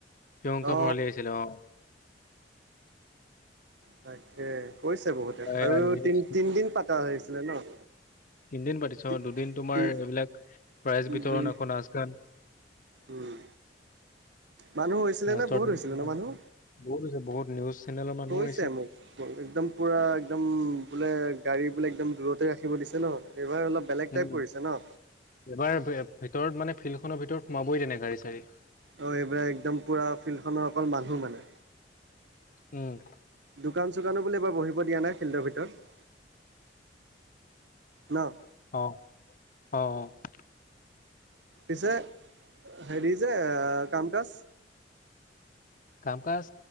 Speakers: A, on the left; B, on the right.
A: প্ৰিয়ংকা
B: অ
A: ভৰালী আহিছিলে অ'
B: তাকে কৈছে বহুতে
A: এয়া
B: আৰু
A: নিউজ
B: তিন তিনদিন পাতা আহিছিলে ন'
A: তিনিদিন পাতিছো
B: তি
A: অ' দুদিন তোমাৰ
B: তি
A: এইবিলাক প্ৰাইজ বিতৰণ
B: দুই
A: এখন নাচ গান।
B: উম। মানুহ হৈছিলে
A: লাষ্টৰ
B: নে বহুত
A: দিনা
B: হৈছিলে ন মানুহ
A: বহুত হৈছে বহুত নিউজ চেনেলৰ মানুহো
B: কৈছে
A: আহিছে
B: মোক। একদম পুৰা একদম বোলে গাড়ী বোলে একদম দূৰতে ৰাখিব দিছে ন এইবাৰ অলপ। বেলেগ
A: উম
B: টাইপ পৰিছে ন'
A: এবাৰ ভিতৰত মানে ফিল্ডখনৰ ভিতৰত সোমাবই দিয়া নাই গাড়ী চাড়ী।
B: অ' এইবিলাক একদম পুৰা ফিল্ড খনৰ অকল মানুহ মানে।
A: উম,
B: দোকান -চোকানো বোলে এইবাৰ বহিব দিয়া নাই ফিল্ডৰ ভিতৰত? ন?
A: অ', অ', অ',
B: পিছে হেৰি যে এ কাম কাজ
A: কাম কাজ